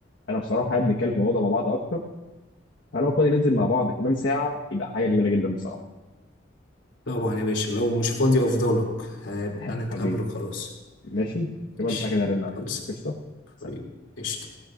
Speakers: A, on the left; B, on the left.
A: انا بصراحه حابب نتكلم في الموضوع ده مع بعض اكتر فلو فاضي ننزل مع بعض كمان ساعه يبقى حاجه جميله جدا بصراحه
B: طبعا يا باشا لو مش فاضي افضلك هيبقى
A: <laughs>
B: نتقابل
A: حبيبي
B: خلاص
A: ماشي كمان
B: ماشي
A: ساعة كده هرن عليك
B: خلص
A: قشطة سلام
B: طيب قشطة